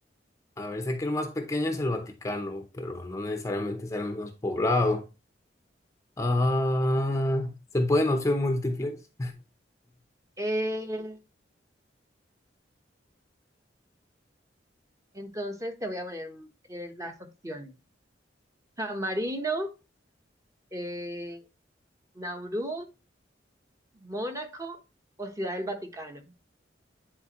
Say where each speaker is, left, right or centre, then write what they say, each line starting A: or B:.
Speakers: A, on the left; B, on the right.
A: A ver, sé que el más pequeño es el Vaticano, pero no necesariamente será el menos poblado. Ah, ¿se pueden opciones múltiples?
B: Eh, Entonces te voy a poner eh, las opciones. San Marino, eh, Nauru, Mónaco o Ciudad del Vaticano.